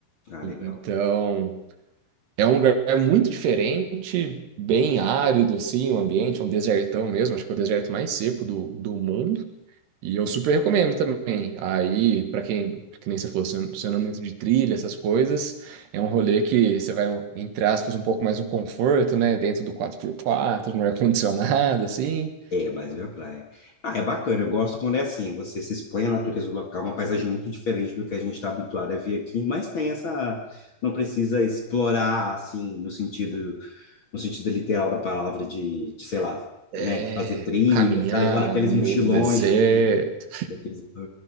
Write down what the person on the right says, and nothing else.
Então, é um lugar muito diferente, bem árido, assim, o ambiente, é um desertão mesmo, acho que é o deserto mais seco do, do mundo. E eu super recomendo também. Aí, para quem, que nem você falou, você você não é muito de trilha, essas coisas, é um rolê que você vai, entre aspas, um pouco mais no conforto, né? Dentro do quatro por quatro, no ar-condicionado, assim.
É,
caminhar
no
meio do deserto.